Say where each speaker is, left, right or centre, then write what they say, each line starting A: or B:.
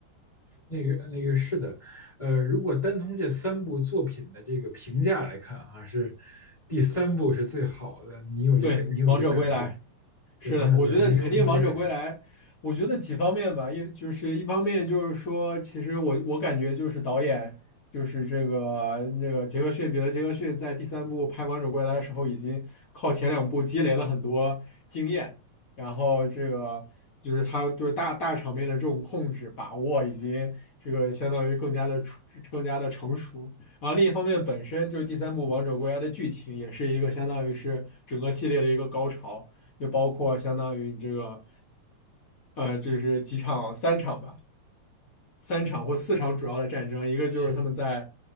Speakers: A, on the left; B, on the left.
A: 那个那个是的，呃，如果单从这三部作品的这个评价来看啊，是第三部是最好的。你有这个，
B: 对，
A: 你有这感受吗
B: 王者归来，
A: 对《王者归来》，
B: 是的，我觉得肯定王者归来，
A: 你有你有这感受？
B: 我觉得几方面吧，一就是一方面就是说，其实我我感觉就是导演就是这个那个杰克逊彼得杰克逊在第三部拍《王者归来》的时候，已经靠前两部积累了很多经验，然后这个就是他对大大场面的这种控制把握，已经这个相当于更加的出更加的成熟。然后另一方面，本身就是第三部《王者归来》的剧情也是一个相当于是整个系列的一个高潮。就包括相当于你这个，呃，就是几场三场吧，三场或四场主要的战争，一个就是他们在，
A: 是，